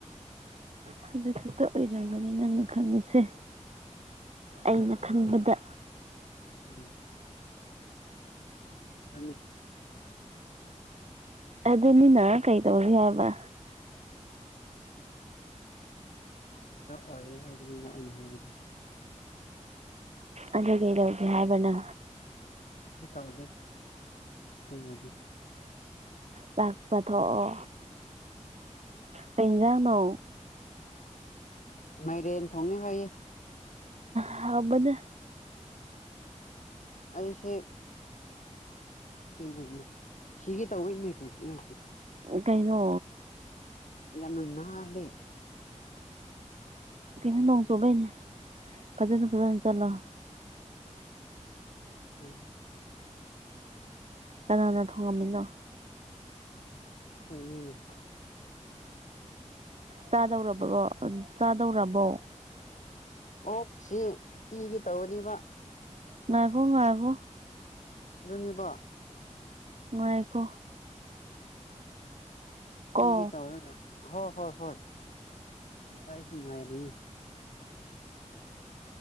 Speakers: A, on the right; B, on the left.
A: ꯍꯧꯖꯤꯛ ꯈꯛꯇ ꯑꯣꯏꯔꯝꯒꯅꯤ ꯅꯪꯅ ꯈꯪꯉꯤꯁꯦ ꯑꯩꯅ ꯈꯟꯕꯗ
B: ꯎꯝ ꯑꯗꯨꯅꯤ
A: ꯑꯗꯨꯅꯤꯅ ꯀꯩ ꯇꯧꯔꯤ ꯍꯥꯏꯕ
B: ꯑꯗꯣ ꯑꯣꯏꯌꯦ ꯍꯥꯏꯕꯅꯤꯅ ꯑꯩꯅ ꯍꯥꯏꯕꯗꯤ
A: ꯑꯗꯨꯒꯤ ꯂꯧꯒꯦ ꯍꯥꯏꯕꯅ
B: ꯀꯩꯁꯨ ꯇꯧꯗꯦ ꯑꯗꯨꯕꯨꯗꯤ
A: ꯆꯥꯛ ꯆꯊꯣꯛꯑꯣ ꯀꯩ ꯑꯦꯟꯖꯥꯡ ꯅꯣ
B: ꯃꯥꯏꯔꯦꯟ ꯊꯣꯡꯉꯦ ꯍꯥꯏꯌꯦ
A: ꯍꯥꯥꯎꯕꯅꯦ
B: ꯑꯩꯁꯦ ꯏꯃꯩ ꯁꯤꯒꯦ ꯇꯧꯑꯦꯅꯦ ꯏꯃꯥꯢꯄꯦꯝꯃꯥ
A: ꯀꯩꯅꯣ
B: ꯌꯥꯝꯅ ꯅꯥꯟꯂꯦ
A: ꯀꯩꯅꯣ ꯅꯣꯡ ꯆꯨꯕꯩꯅꯦ ꯐꯖꯅ ꯐꯖꯅ ꯆꯠꯂꯣ
B: ꯎꯝ
A: ꯀꯅꯥꯅ ꯊꯣꯡꯉꯝꯃꯤꯅꯣ
B: ꯈꯣꯏ ꯑꯅꯤꯅ
A: ꯆꯥꯗꯧꯔꯕꯔꯣ ꯑ ꯆꯥꯗꯧꯔꯕꯣ
B: ꯑꯣꯛꯁꯤ ꯄꯤꯒꯦ ꯇꯧꯕꯅꯤꯕ
A: ꯉꯥꯏꯈꯣ ꯉꯥꯏꯈꯣ
B: ꯑꯗꯨꯅꯦꯕ
A: ꯉꯥꯏꯈꯣ
B: ꯄꯤꯒꯦ
A: ꯀꯣ
B: ꯇꯧꯔꯒ ꯍꯣ ꯍꯣꯏ ꯍꯣꯏ ꯑꯩꯁꯨ ꯉꯥꯏꯔꯤ